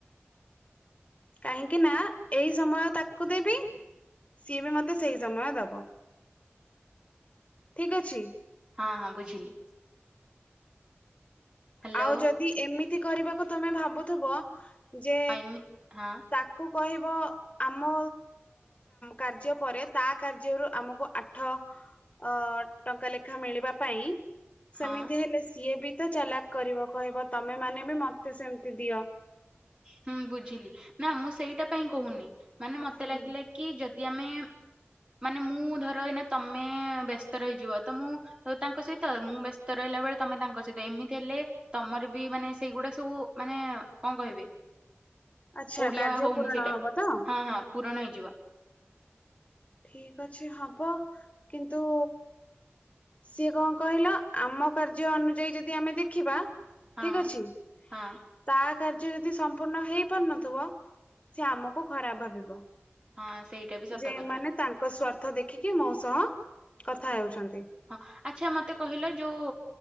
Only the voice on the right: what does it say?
ହଁ ହଁ ବୁଝିଲି। ହ୍ୟାଲୋ
ହଁ ଏମି ହଁ
ହଁ
ହୁଁ ବୁଝିଲି ନା ମୁଁ ସେଇଟା ପାଇଁ କହୁନି ମାନେ ମତେ
ଲାଗିଲା କି? କି ଯଦି ଆମେ ମାନେ ମୁଁ ଧର ଏଇନା ତମେ ବ୍ୟସ୍ତ ରହିଯିବ ତ ମୁଁ ତାଙ୍କ ସହିତ ମୁଁ ବ୍ୟସ୍ତ ରହିଲା ବେଳେ ତମେ ତାଙ୍କ ସହିତ ଏମିତି ହେଲେ ତମର ବି ମାନେ ସେଇଗୁଡା ସବୁ ମାନେ କଣ କହିବି
ଓଡିଆ
ହଉନି
ସେଇଟା
ହଁ ହଁ ପୁରଣ ହେଇଯିବ।
ହଁ
ହଁ
ହଁ ସେଇଟା ବି ସତ
କଥା।
ହଁ ଆଚ୍ଛା ମତେ କହିଲ ଯୋଉ